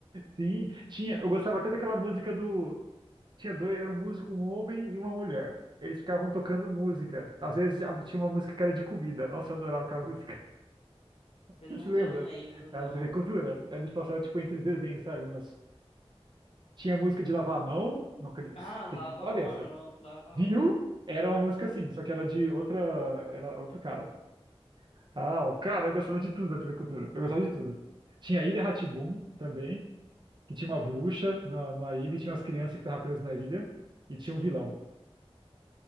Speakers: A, on the right (about 45°); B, on the left (about 75°).
A: sim. Tinha, eu gostava até daquela música do. Tinha dois, era um músico, um homem e uma mulher. Eles ficavam tocando música. Às vezes ah, tinha uma música que era de comida. Nossa, eu adorava aquela música. <laughs>
B: Eu
A: Você
B: não,
A: se lembra?
B: eu não lembro, não.
A: Era de cultura. Eles passavam tipo entre os desenhos, sabe? Mas tinha música de lavar a mão. Não, acre-
B: Ah, lava
A: tem que lembrar
B: uma
A: dessa.
B: mão, lava
A: Rio
B: outra.
A: era uma música assim, só que era de outra, era outro cara. Ah, ó, cara, eu gostava de tudo da TV Cultura. Eu gostava de tudo. Tinha a Ilha rá também, que tinha uma bruxa na, numa ilha e tinha umas crianças que estavam presas na ilha e
B: Sim.
A: tinha um vilão.